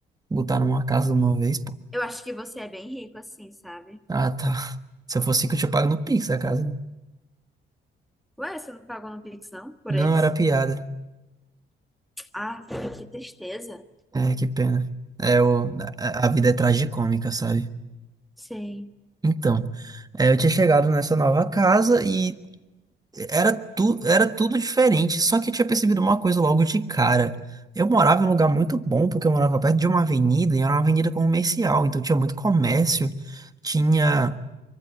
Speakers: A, on the right; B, in the centre.
A: Botaram uma casa de uma vez, pô.
B: Eu acho que você é bem rico assim, sabe?
A: Ah, tá. Se eu fosse rico, eu tinha pago no Pix a casa. né?
B: Ué, você não pagou no Pix, não? Por
A: Não,
B: eles?
A: era piada.
B: Ah, que tristeza.
A: É, que pena. É, o, a, a vida é tragicômica, sabe?
B: Sei.
A: Então, é, eu tinha chegado nessa nova casa e era, tu, era tudo diferente. Só que eu tinha percebido uma coisa logo de cara. Eu morava em um lugar muito bom, porque eu morava perto de uma avenida, e era uma avenida comercial, então tinha muito comércio, tinha.